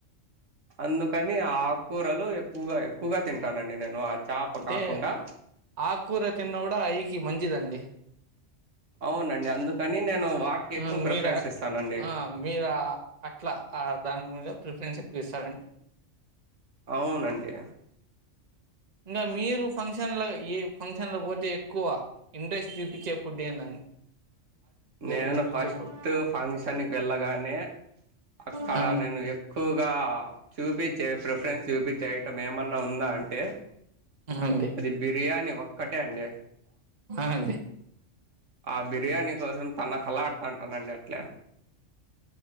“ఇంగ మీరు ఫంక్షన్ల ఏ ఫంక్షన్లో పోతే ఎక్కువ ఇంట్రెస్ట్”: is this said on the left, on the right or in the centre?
Right